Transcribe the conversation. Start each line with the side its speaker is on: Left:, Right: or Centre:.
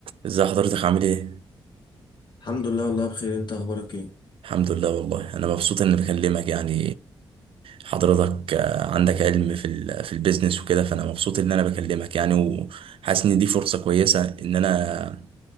Right: ازي حضرتك عامل ايه؟
Left: الحمد لله والله بخير انت اخبارك ايه
Right: الحمد لله والله انا مبسوط اني بكلمك يعني حضرتك آه، عندك علم في ال في البيزنس وكده فانا مبسوط ان انا بكلمك يعني وحاسس ان دي فرصة كويسة ان انا